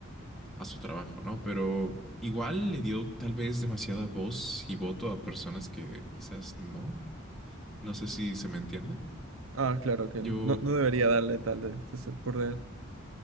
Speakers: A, in the centre; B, on the right.
A: a su trabajo, ¿no? Pero igual le dio tal vez demasiada voz y voto a personas que quizás no. No sé si se me entiende.
B: Ah, claro que
A: Yo
B: no, no debería darle tal de, de ser por él.